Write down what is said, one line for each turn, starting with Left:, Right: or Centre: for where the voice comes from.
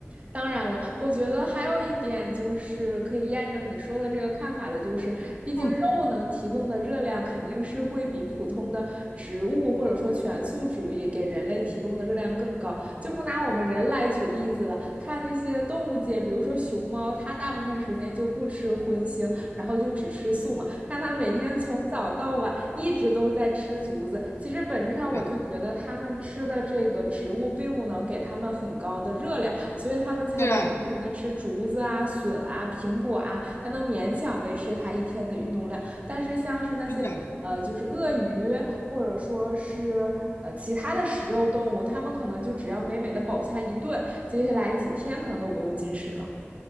Right: 当然了，我觉得还有一点就是可以验证你说的这个看法的，就是毕竟肉能提供的热量肯定是会比普通的植物或者说全素主义给人类提供的热量更高。
Left: 嗯，
Right: 就不拿我们人来举例子了，看那些动物界，比如说熊猫，它大部分时间就不吃荤腥，然后就只吃素嘛。让他每天从早到晚一直都在吃竹子。其实本质上我就觉得他们吃的这个植物并不能给他们很高的热量，
Left: 对，
Right: 所以他们才得不停的吃竹子啊、
Left: 对，
Right: 笋啊、苹果啊，才能勉强维持他一天的运动量。但是像是那些呃，
Left: 是的。
Right: 就是鳄鱼或者说是呃其他的食肉动物，它们可能就只要美美的饱餐一顿，接下来几天可能都不用进食了。